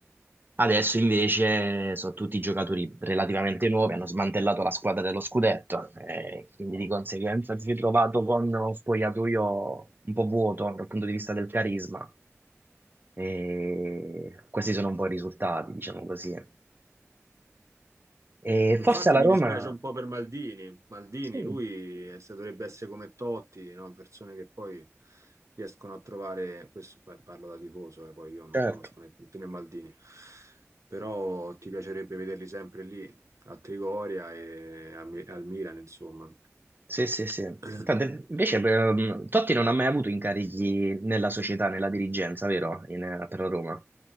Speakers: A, on the right; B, on the right.
A: Adesso invece sono tutti giocatori relativamente nuovi, hanno smantellato la squadra dello scudetto, e quindi di conseguenza si è trovato con uno spogliatoio un po' vuoto dal punto di vista del carisma. E questi sono un po' i risultati, diciamo così. E
B: Infatti
A: forse alla
B: mi
A: Roma,
B: dispiace un po' per Maldini. Maldini,
A: sì,
B: lui eh, se dovrebbe essere come Totti, no? Persone che poi riescono a trovare, questo beh, parlo da tifoso, eh, poi io non
A: certo.
B: conosco né tutti né Maldini, però ti piacerebbe vederli sempre lì, a Trigoria e a Mi- al Milan, insomma.
A: Sì, sì, sì.
B: <clears throat>
A: Tanto, invece ehm, Totti non ha mai avuto incarichi nella società, nella dirigenza, vero? In, eh, per la Roma.